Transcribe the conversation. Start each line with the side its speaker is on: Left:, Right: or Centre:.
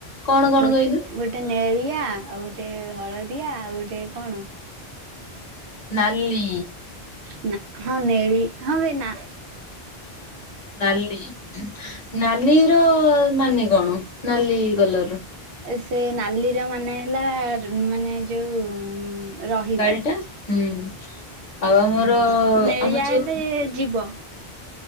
Left: କଣ
Right: ଗୋ
Left: କଣ
Right: ଗୋଟେ
Left: କହିଲୁ
Right: ଗୋଟେ ନେଳିଆ ଆଉ ଗୋଟେ ହଳଦିଆ ଆଉ ଗୋଟେ କଣ?
Left: ନାଲି
Right: ନା ହଁ ନେଳି ହଁ ବେ ନା
Left: ନାଲି, ନାଲିର ମାନେ କଣ ନାଲି କଲର।
Right: ସେ ନାଲିର ମାନେ ହେଲା ମାନେ ଯୋଉ ରହିବ।
Left: ଗାଡିଟା ହୁଁ। ଆଉ ଆମର
Right: ନେଳିଆ
Left: ଆମ ଯୋଉ
Right: ହେଲେ ଯିବ।